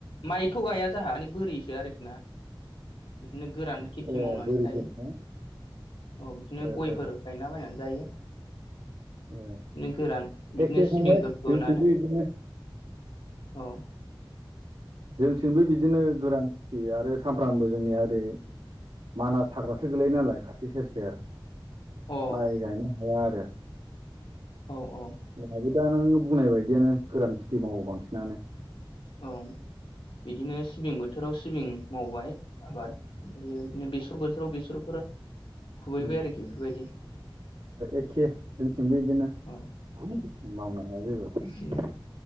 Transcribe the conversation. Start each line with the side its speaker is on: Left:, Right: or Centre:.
Left: माइथ' गाया जाहा माने बोरिसो आरोखि ना नो गोरान खेथि
Right: ए
Left: मावनानै
Right: बोरिसो
Left: जायो
Right: नामा
Left: औ बिदिनो
Right: ओ
Left: गयफोर
Right: ओ
Left: गायला बायनानै जायो
Right: ओ
Left: नो गोरान बिदिनो
Right: एखे फंबाय
Left: सिबिंफोर फोनानै
Right: जोंथिंबो बिदिनो
Left: औ
Right: जोंनिथिंबो बिदिनो गोरान खाथि आरो सामफ्रामबो जोंनिया ओरै मानास हाग्रासो गोलैयो नालाय खाथि सेर-सेर
Left: अ
Right: माइ गायनो हाया आरो।
Left: औ औ
Right: जोंहाबो दा नों बुंनाय बायदियानो गोरान खेथि मावो बांसिनानो।
Left: औ बिदिनो सिबिंबो बोथोराव सिबिं मावबाय आबाद, ओमफ्रायो बिदिनो बेसर बोथोराव बेसरफोर खुबैबाय
Right: ओम
Left: आरोखि बेफोरबायदि
Right: एखे जोंनिथिंबो बिदिनो
Left: औ
Right: <unintelligible> मावनो हाया जेबो
Left: बिदिनो